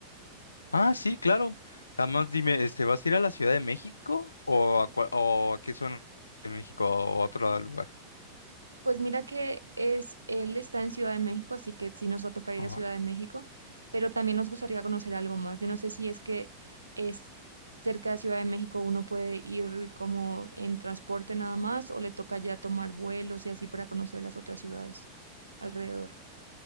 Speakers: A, on the left; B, on the right.
A: Ah, sí, claro. Nada más dime, este, ¿vas a ir a la Ciudad de México o a, cua- o a qué zona de México o a otro lugar?
B: Pues mira que es, él está en Ciudad de México, así que sí nos va a tocar ir
A: Ajá.
B: a Ciudad de México, pero también nos gustaría conocer algo más. Yo no sé si es que es cerca de Ciudad de México, uno puede ir como en transporte nada más o le toca ya tomar vuelos y así para conocer las otras ciudades alrededor.